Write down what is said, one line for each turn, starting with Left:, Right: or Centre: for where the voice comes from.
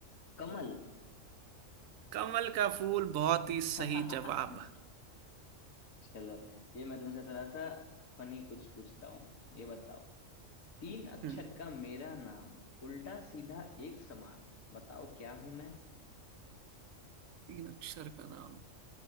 Left: कमल
Right: कमल का फूल बहुत ही सही
Left: <laughs>
Right: जवाब
Left: चलो ये मैं तुमसे थोड़ा सा फनी कुछ पूछता हूँ ये बताओ तीन अक्षर
Right: हम्म,
Left: का मेरा नाम उल्टा सीधा एक समान बताओ क्या हूं मैं
Right: तीन अक्षर का नाम